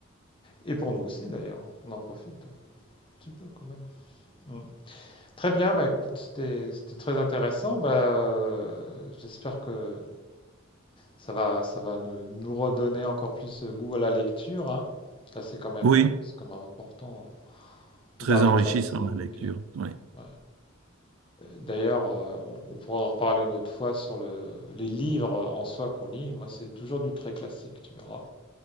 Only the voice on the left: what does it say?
Et pour nous aussi d'ailleurs, hein, on en profite un petit peu quand même. Mm. Très bien, bah écoute, c'était c'était très intéressant. Bah, euh, j'espère que ça va, ça va nous, nous redonner encore plus euh, goût à la lecture, hein. Là, c'est quand même,
euh, c'est quand même important. hein.
Lire les
classiques.
euh,
ouais. D'ailleurs, euh, on, on pourra en reparler une autre fois sur le, les livres en soi qu'on lit. Moi, c'est toujours du très classique, tu verras.